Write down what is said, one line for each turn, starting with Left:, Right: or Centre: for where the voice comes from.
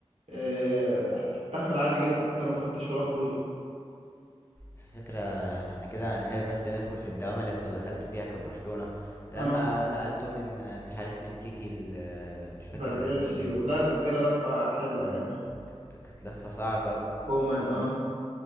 Right: آه، استحمل عادي جدا حتى لو ما خدتش ولا بطولة
Left: بس الفكرة احنا كده انا خايف بس ندخل في الدوامة اللي انتوا دخلتوا فيها كبرشلونة لما
Right: اه
Left: نقلتوا من مش عارف من كيكي ل- مش فاكر
Right: فالفيردي
Left: مين
Right: ولا لفينا لفة حلوة يعني
Left: كانت كانت لفة صعبة أوي.
Right: بومان اه